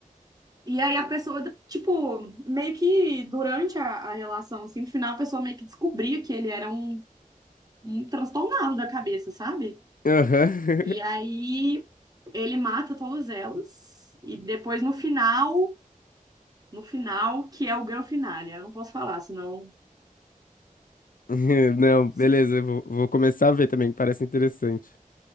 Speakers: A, on the right; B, on the left.
A: E aí a pessoa, tipo, meio que durante a, a relação, assim, no final a pessoa meio que descobria que ele era um, um transtornado da cabeça, sabe?
B: Aham.
A: E aí
B: <laughs>
A: ele mata todas elas. E depois no final, no final, que é o grande finale. Eu não posso falar, senão.
B: <laughs> Não, beleza,
A: se-
B: eu vou, vou começar a ver também, que parece interessante.